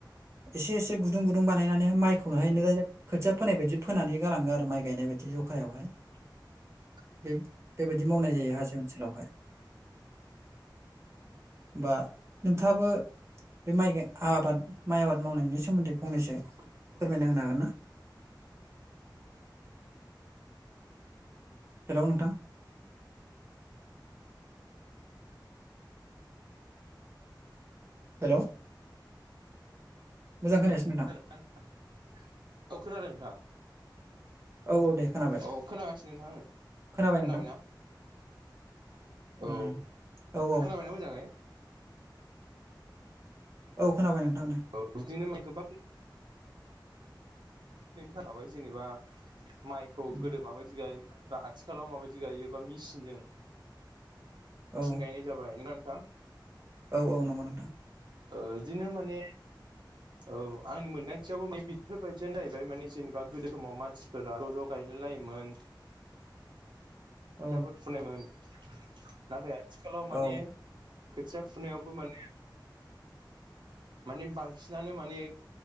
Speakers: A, on the right (about 35°); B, on the right (about 70°).
A: एसे एसे गुदुं गुदुं बानायनानै माइखौनो हायनो राइरक खोथिया फोनाय बायदि फोनानै गाङो आरो माइ गायनाय बायदि जखायावहाय
B: <unintelligible>
A: बे बेबायदि मावनाय जायो हाजो ओनसोलावहाय बा नोंथाङाबो बे माइ आबाद माइ आबाद मावनायनि सोमोन्दै फंनैसो फोरमायना होनो हागोन ना हेल' नोंथां हेल' मोजां होनायाससि नोंदां
B: औ खोनादों नोंथां
A: औ औ दे खोनाबाय
B: औ खोनागासिनो नोंथां आङो
A: खोनाबाय
B: खोनाबायना
A: नोंथां उम
B: औ
A: औ औ
B: खोनाबायना मोजाङै
A: औ खोनाबाय नोंथां
B: औ बिदिनो माइ गोबां जेनेबा माइखौ
A: उम
B: गोदो माबायदि गाय आथिखालाव माबायदि गायोबा मेसिनजों
A: औ
B: थिन गायनाय जाबाय ना नोंथां
A: औ औ नंगौ नोंथां
B: बिदिनो माने औ आंनि मोनदांथियावबो बेफोरबायदियानो जाहैबाय माने जेनेबा गोदो समाव मानसिफोरा ज' ज' बायलाय लायोमोन
A: औ
B: जोबोद फुनायमोन नाथाय आथिखालाव माने
A: औ
B: खोथिया फुनायावबो माने माने बांसिनानो माने